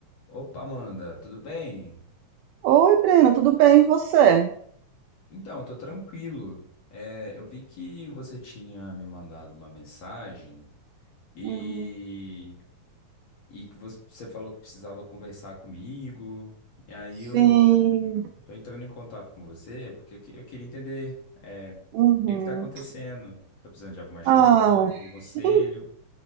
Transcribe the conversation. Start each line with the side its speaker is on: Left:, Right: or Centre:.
Left: Opa, Amanda, tudo bem?
Right: Oi, Breno, tudo bem? E você?
Left: Então, tô tranquilo. É, eu vi que você tinha me mandado uma mensagem e,
Right: Uhum.
Left: e que você você falou que precisava conversar comigo. E aí eu
Right: Sim.
Left: eu tô entrando em contato com você porque eu, que- eu queria entender, é, o
Right: Uhum.
Left: que é que tá acontecendo? Tô precisando de alguma ajuda,
Right: Ah,
Left: um conselho?
Right: en-